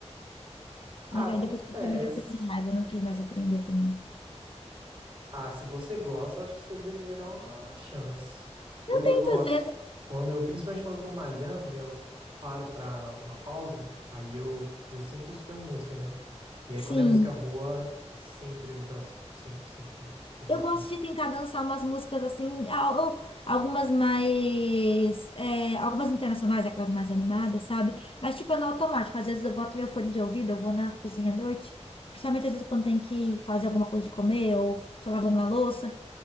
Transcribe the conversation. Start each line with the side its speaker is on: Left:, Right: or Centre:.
Right: Ah,
Left: Mas
Right: acontece.
Left: aí depois que eu terminei, eu peguei raiva, eu não quis mais aprender também.
Right: Ah, se você gosta, eu acho que você deveria dar uma, uma chance. Eu,
Left: Muitas
Right: eu gosto.
Left: vezes,
Right: Quando eu, principalmente quando eu tô malhando e eu paro pra uma pausa, aí eu, eu sempre tô escutando música, né? E aí
Left: sim.
Right: quando é música boa, sempre eu danço. Sempre, sempre, sempre. Eu gosto
Left: Eu gosto
Right: muito.
Left: de tentar dançar umas músicas assim, al- ou algumas mais. é, algumas internacionais, aquelas mais animadas, sabe? Mas, tipo, é no automático. Às vezes eu boto meu fone de ouvido, eu vou na cozinha à noite. Principalmente às vezes quando tem que fazer alguma coisa de comer ou tô lavando uma louça.